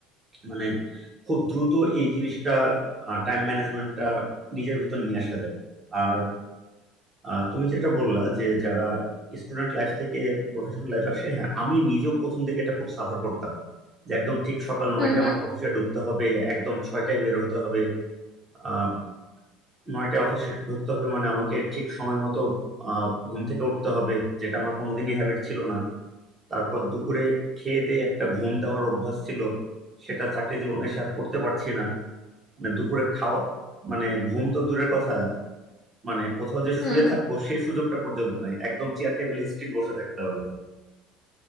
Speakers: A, on the right; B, on the left.
A: মানে খুব দ্রুত এই জিনিসটা টাইম ম্যানেজমেন্টটা নিজের ভিতর নিয়ে আসা যাবে আর আহ, তুমি যেটা বললা যে যারা স্টুডেন্ট লাইফ থেকে প্রফেশনাল লাইফ আসে হ্যাঁ আমি নিজেও প্রথম থেকে এটা খুব সাফার করতাম যে একদম ঠিক সকাল নয়টায়
B: হুম হুম
A: আমাকে অফিসে ঢুকতে হবে একদম ছয়টায় বের হতে হবে আহ নয়টায় অফিসে ঢুকতে হবে মানে আমাকে ঠিক সময় মতো আহ ঘুম থেকে উঠতে হবে যেটা আমার কোনোদিনই হ্যাবিট ছিল না তারপর দুপুরে খেয়ে দিয়ে একটা ঘুম দেওয়ার অভ্যাস ছিল সেটা চাকরি জীবনে সে আর করতে পারছি না মানে দুপুরে খাওয়া মানে ঘুম তো দূরের কথা মানে কোথাও যে
B: হুম
A: শুয়ে থাকবো সেই সুযোগটা পর্যন্ত নাই একদম চেয়ার টেবিলে স্টিল বসে থাকতে হবে